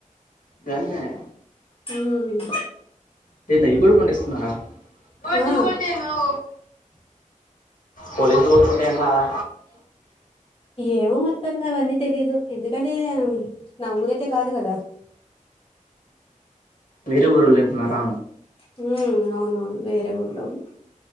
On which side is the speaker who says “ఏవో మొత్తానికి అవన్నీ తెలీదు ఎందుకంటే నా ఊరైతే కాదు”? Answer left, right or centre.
Left